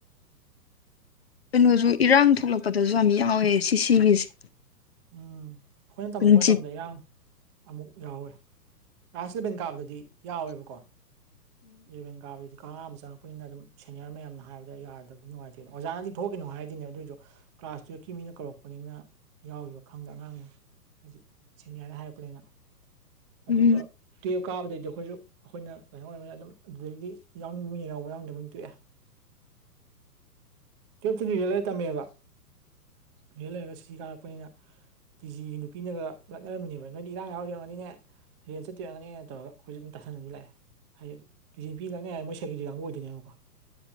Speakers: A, on the left (about 45°); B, on the right (about 20°).
A: ꯀꯩꯅꯣꯖꯨ ꯏꯔꯥꯡ ꯊꯣꯛꯂꯛꯄꯗꯁꯨ ꯌꯥꯝ ꯌꯥꯎꯋꯦ ꯁꯤ ꯁꯤꯒꯤꯁꯦ
B: ꯎꯝ ꯑꯈꯣꯏꯅ ꯇꯝꯃꯛꯄ
A: ꯎꯝ
B: ꯃꯇꯝꯗ ꯏꯔꯥꯡ ꯑꯃꯨꯛ ꯌꯥꯎꯋꯦ ꯀ꯭ꯂꯥꯁ ꯏꯂꯚꯦꯟ ꯀꯥꯕꯗꯗꯤ ꯌꯥꯎꯋꯦꯕꯀꯣ ꯏꯂꯚꯦꯟ ꯀꯥꯕꯗꯗꯤ ꯑꯍꯥꯟꯕ ꯆꯪꯉꯛꯄꯅꯤꯅ ꯑꯗꯨꯝ ꯁꯦꯅꯤꯌꯔ ꯃꯌꯥꯝꯅ ꯍꯥꯏꯕꯗ ꯌꯥꯗꯕꯗꯤ ꯅꯨꯡꯉꯥꯏꯇꯦꯅꯦ ꯑꯣꯖꯥꯅꯗꯤ ꯊꯣꯛꯈꯤꯅꯣ ꯍꯥꯏꯗꯨꯢꯅꯦ ꯑꯗꯨꯏꯖꯨ ꯀ꯭ꯂꯥꯁ ꯇꯨꯌꯦꯜꯚꯀꯤ ꯃꯤꯅ ꯀꯧꯔꯛꯄꯅꯤꯅ ꯌꯥꯎꯒꯤꯕ ꯈꯪꯗꯦ ꯑꯉꯥꯡ ꯍꯥꯏꯗꯤ ꯁꯦꯅꯤꯌꯔꯅ ꯍꯥꯏꯔꯛꯄꯅꯤꯅ ꯑꯗꯨꯒ
A: ꯎꯝ
B: ꯇꯨꯋꯦꯜꯚ ꯀꯥꯕꯗꯩꯗꯤ ꯑꯈꯣꯏꯖꯨ ꯑꯈꯣꯏꯅ ꯀꯩꯅꯣ ꯑꯣꯏꯔꯕꯅꯤꯅ ꯑꯗꯨꯝ ꯑꯗꯨꯗꯩꯗꯤ ꯌꯥꯎꯅꯤꯕ ꯃꯤ ꯌꯥꯎ ꯌꯥꯎꯅꯤꯡꯗꯕꯅ ꯇꯣꯛꯑꯦ ꯇꯨꯌꯦꯞꯇꯗꯤ ꯔꯦꯜ ꯂꯩꯔ ꯇꯝꯃꯦꯕ ꯔꯦ ꯜ ꯂꯩꯔꯒ ꯁꯤꯁꯤ ꯀꯥꯔꯛꯄꯅꯤꯅ ꯇꯤꯖꯤꯒꯤ ꯅꯨꯄꯤꯅꯒ ꯂꯛꯅꯔꯝꯃꯤꯅꯦꯕ ꯅꯣꯏꯗꯤ ꯏꯔꯥꯡ ꯌꯥꯎꯔꯣꯏꯗꯣꯏ ꯑꯣꯏꯔꯝꯒꯅꯤꯅꯦ ꯔꯦꯟ ꯆꯠꯇꯣꯏ ꯑꯣꯏꯔꯝꯒꯅꯤ ꯇꯥꯁꯟꯅꯗꯅ ꯂꯥꯛꯑꯦ ꯍꯥꯏꯗꯤ ꯇꯤꯖꯤ ꯅꯨꯄꯤ ꯂꯛꯅꯩ ꯍꯥꯏ ꯃꯣꯏ ꯁꯦꯀꯦꯇꯔꯤ ꯀꯥꯡꯒꯨ ꯑꯣꯏꯗꯣꯏꯅꯦꯕꯀꯣ